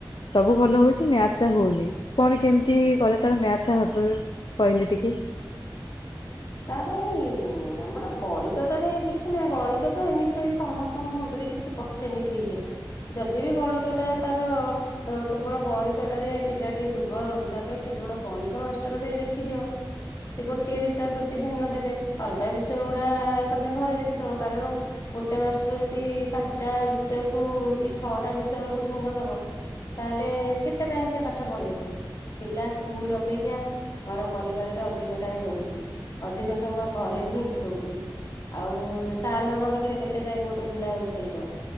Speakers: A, on the left; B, on the left.
A: ସବୁ ଭଲ ହଉଛି ମ୍ୟାଥ ଟା ହଉନି କଣ କେମିତି କଲେ ତାର ମ୍ୟାଥଟା ହବ୍ କହିଲେ ଟିକେ?
B: ତା ପାଇଁ ଆମର ଗଣିତ ଟାରେ କିଛି ନାହି ଗଣିତ ତ ଏମିତିରେ ସମସ୍ତଙ୍କ ମୁଣ୍ଡରେ କିଛି ପଶେନି ଠିକ ରେ ଯଦି ବି ଗଣିତ ଟା ତାର କେବଳ ଗଣିତଟାରେ ପିଲା ଟିକେ ଦୁର୍ବଳ ରହୁଛି ତା ପାଇଁ କେବଳ ଗଣିତ ମାଷ୍ଟର ଟେ ଦେଖିଦିଅ ସେ ଗୋଟିଏ ବିଷୟ ପ୍ରତି କେ ଧ୍ୟାନ ଦେବେ ଅଲଗା ବିଷୟ ଗୁଡ଼ା ତୁମେ ଘରେ ଦେଖିଦବ କାରଣ ଗୋଟେ ମାଷ୍ଟର ଯଦି ପାଞ୍ଚଟା ବିଷୟକୁ କି ଛଅଟା ବିଷୟକୁ ଧ୍ୟାନ ଦେବ ତାହେଲେ କେତେ ଟାଇମ୍ ସେ ପାଠ ପଢ଼ାଇବ ପିଲା ସ୍କୁଲ ଅପେକ୍ଷା ଘର ପରିବାରରେ ଅଧିକ ଟାଇମ୍ ରହୁଛି। ଅଧିକ ସମୟ ଘରେ ବି ହିଁ ବିତଉଛି ଆଉ ସାର୍ ମାନଙ୍କ ପାଖରେ କେତେ ଟାଇମ ଗୋଟେ ପିଲା ବିତେଇବ